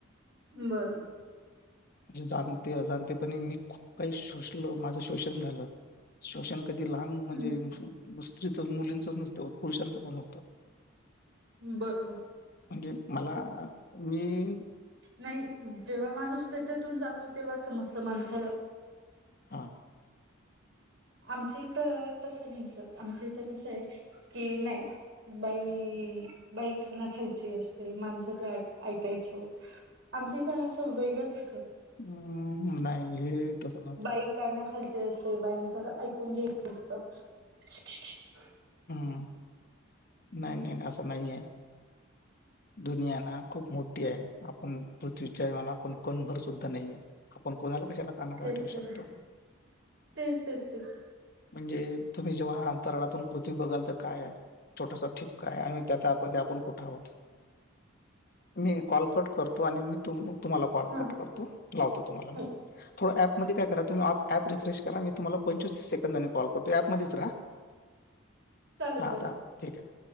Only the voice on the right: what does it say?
बरो
हं.
बरबर.
नाही, जेव्हा माणूस त्याच्यातून जातो तेव्हा समजतं माणसाला.
आमच्या इथं, तसं नाही सर, आमच्या इथं कसंय, की नाही बाईइइ, बाई खना खालची असते, माणसाचं ऐक ऐकायचं. आमच्या इथं न असं वेगळंच अस
बाई काना खालचे असते, बाईने सगळं ऐकून घ्यायच असतं. क्षूशुशुक
तेच
तेच ना, तेच तेच तेच.
हा
हो
हो
चालेल
चालेल